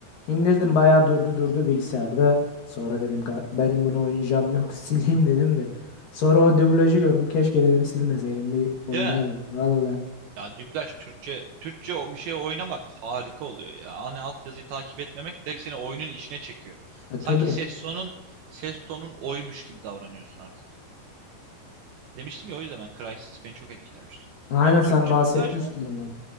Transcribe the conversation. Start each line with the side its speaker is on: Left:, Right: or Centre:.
Left: İndirdim bayağı durdu durdu bilgisayarda. Sonra dedim
Right: hmm.
Left: "Ka- benim bunu oynayacağım yok <laughs> sileyim dedim de. Sonra o dublajı gördüm keşke dedim silmeseydim bir oynardık.
Right: Değil mi?
Left: Valla.
Right: Ya dublaj Türkçe Türkçe o bir şey oynamak harika oluyor ya. Hani altyazıyı takip etmemek direkt seni oyunun içine çekiyor.
Left: E tabii.
Right: Sanki ses tonun ses tonun oymuş gibi davranıyorsun artık. Demiştim ya o yüzden ben Crysis beni çok etkilemişti.
Left: Aynen
Right: Hem
Left: sen
Right: Türkçe
Left: bahsetmiştin
Right: dublaj var.
Left: bundan.